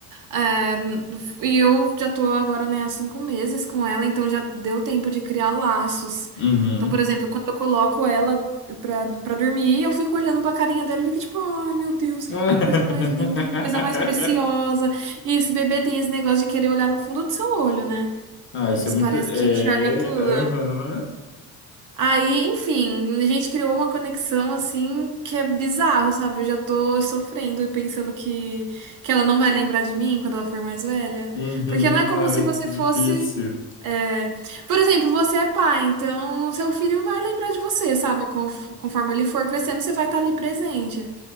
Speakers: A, on the right (about 55°); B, on the left (about 35°).
A: É, e eu já tô agora, né, há cinco meses com ela, então já deu tempo de criar laços.
B: Uhum.
A: Então, por exemplo, quando eu coloco ela pra, pra dormir, eu fico olhando pra carinha dela e fico tipo, ai meu Deus, que
B: <laughs>
A: coisa mais linda, que coisa mais preciosa. E esse bebê tem esse negócio de querer olhar no fundo do seu olho, né?
B: Ah, isso
A: Eles
B: é muito.
A: parecem
B: É.
A: que enxerga tudo.
B: Aham.
A: Aí, enfim, a gente criou uma conexão assim que é bizarro, sabe? Eu já tô sofrendo e pensando que, que ela não vai lembrar de mim quando ela for mais velha.
B: Uhum.
A: Porque não é como
B: Ai,
A: se você
B: que difícil.
A: fosse. é, Por exemplo, você é pai, então seu filho vai lembrar de você, sabe? Conf- Conforme ele for crescendo, você vai estar ali presente.